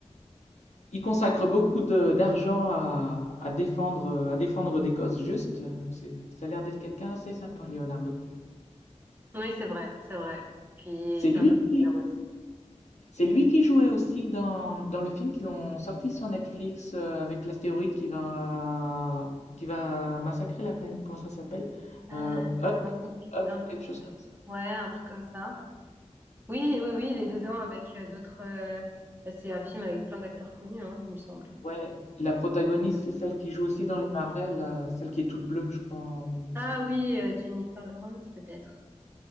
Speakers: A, on the left; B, on the right.
A: il consacre beaucoup de- d'argent à, à défendre, euh, à défendre des causes justes. Euh, C'est, ça a l'air d'être quelqu'un assez sympa, Leonardo.
B: Oui, c'est vrai, c'est vrai. Puis
A: C'est
B: c'est
A: lui
B: un peu
A: qui,
B: cher aussi.
A: C'est lui qui jouait aussi dans, dans le film qu'ils ont sorti sur Netflix euh, avec l'astéroïde qui va, qui va massacrer la planète. Comment ça s'appelle?
B: Euh,
A: Euh, Up,
B: dans le-
A: Up
B: dans
A: ou quelque
B: le-
A: chose comme ça.
B: ouais, un truc comme ça. Oui, oui, oui, il est dedans avec euh, d'autres. euh, bah, c'est un film avec plein d'acteurs connus, hein, il me semble.
A: Ouais, la protagoniste, c'est celle qui joue aussi dans les Marvel, là, celle qui est toute bleue, je crois. ou-
B: Ah oui, euh, Jennifer Lawrence, peut-être.